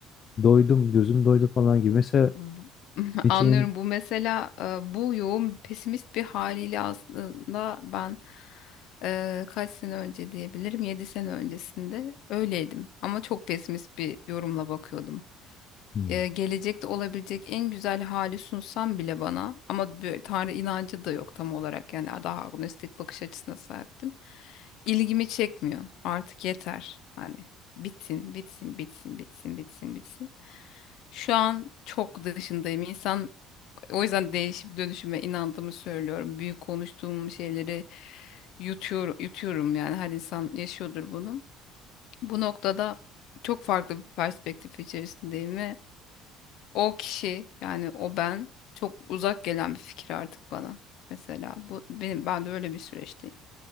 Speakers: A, on the left (about 40°); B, on the left (about 55°).
A: Doydum, gözüm doydu falan gibi. Mesela
B: Bu- <laughs>
A: Nietzsche'nin
B: Anlıyorum bu mesela e, bu yoğun pesimist bir haliyle aslında ben e, kaç sene önce diyebilirim 7 sene öncesinde öyleydim ama çok pesimist bir yorumla bakıyordum
A: hmm,
B: e, gelecekte olabilecek en güzel hali sunsam bile bana ama böyle Tanrı inancı da yok tam olarak yani daha agnostik bakış açısına sahiptim. İlgimi çekmiyor. Artık yeter. Hani bitsin, bitsin, bitsin, bitsin, bitsin, bitsin. Şu an çok dışındayım. İnsan o yüzden değişip dönüşüme inandığımı söylüyorum. Büyük konuştuğum şeyleri yutuyor, yutuyorum yani her insan yaşıyordur bunu. Bu noktada çok farklı bir perspektif içerisindeyim o kişi yani o ben çok uzak gelen bir fikir artık bana. Mesela bu benim ben de öyle bir süreçteyim.